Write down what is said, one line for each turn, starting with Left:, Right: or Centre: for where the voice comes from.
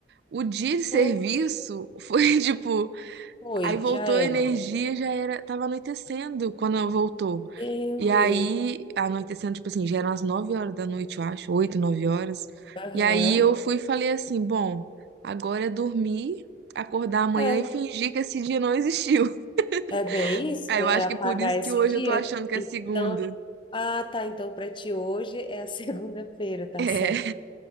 Right: O dia de serviço
Left: aham,
Right: foi <laughs> tipo,
Left: foi,
Right: aí voltou
Left: já era.
Right: a energia, já era, tava anoitecendo quando voltou.
Left: Meu
Right: E
Left: Deus.
Right: aí, anoitecendo, tipo assim, já eram as 9 horas da noite, eu acho, 8 9 horas.
Left: Aham.
Right: E aí eu fui e falei assim: bom, agora é dormir, acordar amanhã
Left: É,
Right: e fingir que esse dia não existiu. <laughs>
Left: é bem isso,
Right: Aí
Left: né?
Right: eu acho
Left: É apagar
Right: que por isso
Left: esse
Right: que hoje
Left: dia.
Right: eu tô achando que
Left: Então,
Right: é segunda.
Left: ah, tá, então para ti hoje é a <laughs> segunda-feira, tá
Right: É,
Left: certo?